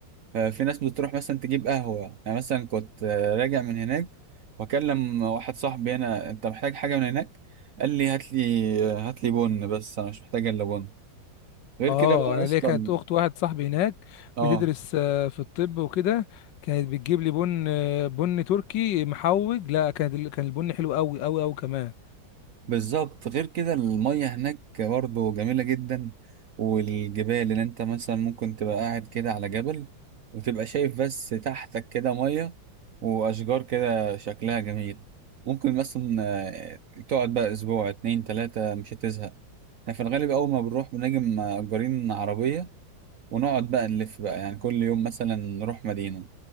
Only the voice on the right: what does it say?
آه، في ناس بتروح مثلا تجيب قهوه يعني مثلا كنت آه، راجع من هناك واكلم واحد صاحبي هنا انت محتاج حاجه من هناك قال لي هات لي آه، هات لي بن بس انا مش محتاج الا بن غير
كده بقى
اصلا
اه
بالظبط غير كده المية هناك برضو جميلة جدا والجبال اللي انت مثلا ممكن تبقى قاعد كده على جبل وتبقى شايف بس تحتك كده مية واشجار كده شكلها جميل ممكن مثلا آه، تقعد بقى اسبوع اتنين تلاتة مش هتزهق احنا في الغالب اول ما بنروح بنجي مأجرين عربية ونقعد بقى نلف بقى يعني كل يوم مثلا نروح مدينة